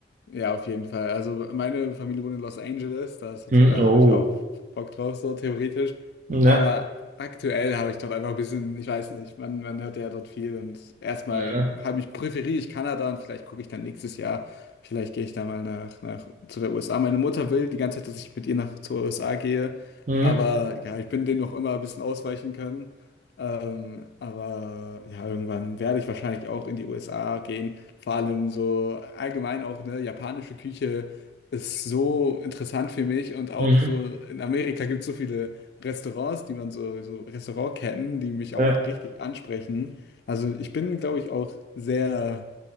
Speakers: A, on the left (about 65°); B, on the right (about 40°).
A: Ja, auf jeden Fall. Also meine Familie wohnt in Los Angeles, da ist-
B: Hm,
A: da
B: oh.
A: habe ich auch Bock drauf, so theoretisch.
B: Ja.
A: Aber aktuell habe ich dort einfach ein bisschen, ich weiß nicht, man, man hört ja dort viel und erstmal
B: Ja.
A: habe ich, präferiere ich Kanada und vielleicht gucke ich dann nächstes Jahr, vielleicht gehe ich da mal nach, nach zu der USA. Meine Mutter will die ganze Zeit, dass ich mit ihr nach zur USA gehe,
B: Mhm.
A: aber ja, ich bin dem noch immer ein bisschen ausweichen können. Ähm, aber ja, irgendwann werde ich wahrscheinlich auch in die USA gehen. Vor allem so allgemein auch, ne, japanische Küche ist so interessant für mich und auch
B: Mhm.
A: so in Amerika gibt es so viele Restaurants, die man so, so Restaurantketten, die mich auch
B: Ja.
A: richtig ansprechen. Also ich bin, glaube ich, auch sehr